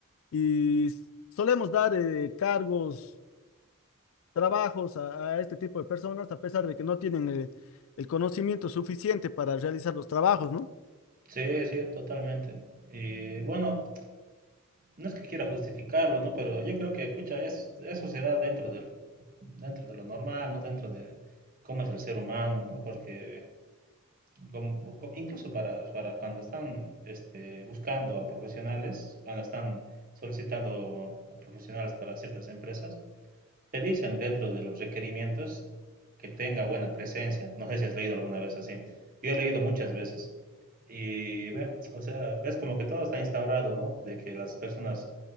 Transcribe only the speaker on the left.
y solemos dar eh, cargos, trabajos a, a este tipo de personas a pesar de que no tienen eh, el conocimiento suficiente para realizar los trabajos, ¿no?